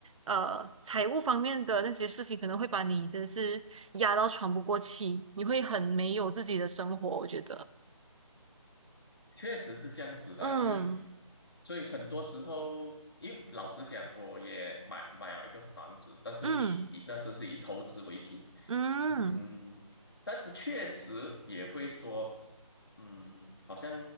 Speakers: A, on the right; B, on the left.
A: 呃财务方面的那些事情可能会把你真的是压到喘不过气，你会很没有自己的生活，我觉得，
B: 确实是这样子的啊，
A: 嗯
B: 就是所以很多时候，因为老实讲，我也买买了一个房子，但是以以那时是以投资为主，
A: 嗯嗯。
B: 嗯，但是确实也会说，嗯，好像